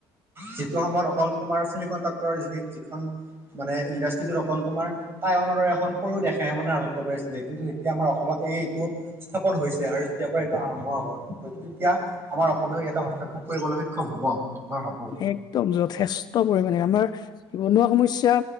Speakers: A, on the right; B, on the left.
A: যিটো সময়ত অকল তোমাৰ চেমি কণ্ডাক্টৰ য যিখন মানে ইণ্ডাষ্ট্ৰিকেল অকল তোমাৰ টাইৱানৰ দৰে এখন সৰু দেশে মানে ৰাজত্ব কৰাইছিলে কিন্তু এতিয়া আমাৰ অসমত এইটো স্থাপন হৈছে। আৰু তেতিয়াৰ পৰা এইটো আৰম্ভ হল হয় তেতিয়া আমাৰ অসমেও ইয়াটা হস্তক্ষেপ কৰিবলৈ সক্ষম হ'ব মই ভাবো
B: একদম যথেষ্ট পৰিমাণে আমাৰ নিবনুৱা সমস্যা